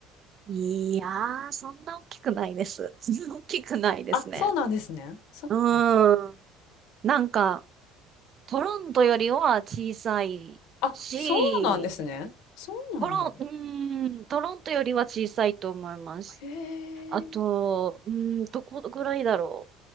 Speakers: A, on the right (about 35°); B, on the left (about 75°).
A: いやー、そんな大きくないです。<laughs> そんな大きくないですね。
B: あ、そうなんですね。そっか。
A: うーん。なんか、トロントよりは小さいし、
B: あ、そうなんですね。そうなんだ。
A: トロン、うーん、トロントよりは小さいと思います。
B: へ
A: あと、
B: え。
A: うーん、どこぐらいだろ